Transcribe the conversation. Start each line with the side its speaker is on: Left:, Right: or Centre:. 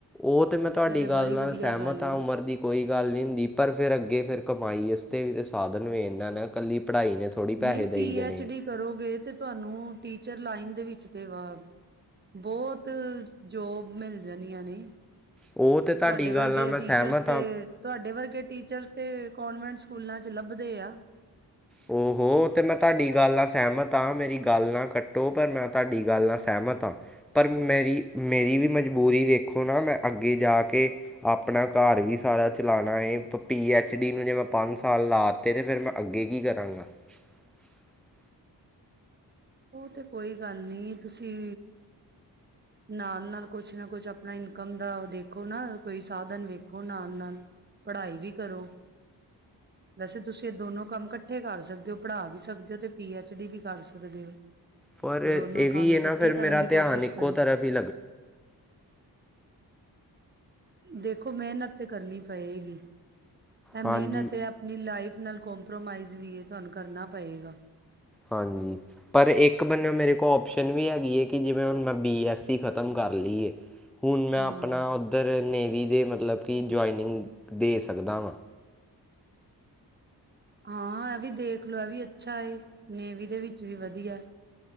Centre: ਉਹ ਤੇ ਮੈਂ ਤੁਹਾਡੀ
Right: ਇਹ ਤੇ
Centre: ਗੱਲ
Right: ਬੜੀ
Centre: ਨਾਲ
Right: ਵਧੀਆ
Centre: ਸਹਿਮਤ
Right: ਗੱਲ
Centre: ਹਾਂ
Right: ਏ।
Centre: ਉਮਰ ਦੀ ਕੋਈ ਗੱਲ ਨਹੀਂ ਹੁੰਦੀ ਪਰ ਫਿਰ ਅੱਗੇ ਫਿਰ ਕਮਾਈ ਇਸ ਤੇ ਵੀ <inaudible> ਥੋੜ੍ਹੀ ਪੈਸੇ
Right: ਨਹੀਂ
Centre: ਦੇਈ
Right: ਪੀ
Centre: ਜਾਣੇ
Right: ਐਚ
Centre: ਆ
Right: ਡੀ ਕਰੋਗੇ ਤੇ ਤੁਹਾਨੂੰ ਟੀ ਟੀਚਰ ਲਾਈਨ ਦੇ ਵਿੱਚ ਤੇ ਵਾ ਬਹੁਤ ਜੋਬ ਮਿਲ ਜਾਂਦੀਆਂ ਨੇ
Centre: ਉਹ ਤੇ ਤੁਹਾਡੀ
Right: ਤੁਹਾਡੇ ਵਰਗੇ
Centre: ਗੱਲ ਨਾਲ ਮੈਂ ਸਹਿਮਤ
Right: ਟੀਚਰਸ
Centre: ਹਾਂ
Right: ਤੇ ਤੁਹਾਡੇ ਵਰਗੇ ਟੀਚਰਸ ਤੇ ਕਾਨਵੇਂਟ ਸਕੂਲਾਂ ਚ ਲੱਭਦੇ ਆ
Centre: ਉਹਹੋ ਤੇ ਮੈਂ ਤੁਹਾਡੀ ਗੱਲ ਨਾਲ ਸਹਿਮਤ ਹਾਂ ਮੇਰੀ ਗੱਲ ਨਾ ਕੱਟੋ ਪਰ ਮੈਂ ਤੁਹਾਡੀ ਗੱਲ ਨਾਲ ਸਹਿਮਤ ਹਾਂ ਪਰ ਮੇਰੀ ਮੇਰੀ ਵੀ ਮਜਬੂਰੀ ਵੇਖੋ ਨਾ ਮੈਂ ਅੱਗੇ ਜਾ ਕੇ ਆਪਣਾ ਘਰ ਵੀ ਸਾਰਾ ਚਲਾਣਾ ਏ ਪੀ ਐਚ ਡੀ ਨੂੰ ਜੇ ਮੈਂ ਪੰਜ ਸਾਲ ਲਾਤੇ ਤੇ ਫੇਰ ਮੈਂ ਅੱਗੇ ਕੀ ਕਰਨਾ <inaudible>
Right: ਉਹ ਤੇ ਕੋਈ ਗੱਲ ਨਹੀ ਤੁਸੀਂ ਨਾਲ ਨਾਲ ਕੁਛ ਨਾ ਕੁਛ ਆਪਣਾ ਇਨਕਮ ਦਾ ਦੇਖੋ ਨਾ ਕੋਈ ਸਾਧਨ ਵੇਖੋ ਨਾਲ ਨਾਲ ਪੜ੍ਹਾਈ ਵੀ ਕਰੋ ਵੈਸੇ ਤੁਸੀਂ ਇਹ ਦੋਨੋ ਕੰਮ ਇਕੱਠੇ ਕਰ ਸਕਦੇ ਹੋ ਪੜ੍ਹਾ ਵੀ ਸਕਦੇ ਹੋ ਤੇ ਪੀ ਐਚ ਡੀ ਵੀ ਕਰ ਸਕਦੇ ਹੋ
Centre: ਪਰ
Right: ਦੋਨੋ
Centre: ਇਹ
Right: ਕੰਮ
Centre: ਵੀ ਹੈ
Right: ਇਕੱਠੇ
Centre: ਨਾ ਫੇਰ
Right: ਕਰਨ
Centre: ਮੇਰਾ
Right: ਦੀ
Centre: ਧਿਆਨ
Right: ਕੋਸ਼ਿਸ਼
Centre: ਇੱਕੋ
Right: ਕਰੋ
Centre: ਤਰਫ <inaudible>
Right: ਦੇਖੋ ਮਿਹਨਤ ਤੇ ਕਰਨੀ ਪਏਗੀ ਐ
Centre: ਹਾਂਜੀ
Right: ਮਿਹਨਤ ਏ ਆਪਣੀ ਲਾਈਫ ਨਾਲ ਕਪ੍ਰੋਮਾਈਜ਼ ਵੀ ਏ ਤੁਵਾਨ ਕਰਨਾ ਪਏਗਾ
Centre: ਹਾਂਜੀ ਪਰ ਇੱਕ ਬਨਿਓ ਮੇਰੇ ਕੋਲ ਓਪਸ਼ਨ ਵੀ ਹੈਗੀ ਏ ਕਿ ਜਿਵੇਂ ਹੁਣ ਮੈਂ ਬੀ ਐੱਸਸੀ ਖ਼ਤਮ ਕਰ ਲਈਏ ਹੁਣ
Right: ਹੂੰ,
Centre: ਮੈਂ ਅਪਣਾ ਓਦਰ ਨੇਵੀ ਜੇ ਮਤਲਬ ਕਿ ਜੋਈਨਿੰਗ ਦੇ ਸਕਦਾ ਵਾਂ
Right: ਹਾਂ ਇਹ ਵੀ ਦੇਖ ਲਓ ਇਹ ਵੀ ਅੱਛਾ ਹੈ ਨੇਵੀ ਦੇ ਵਿੱਚ ਵੀ ਵਧੀਆ ਐ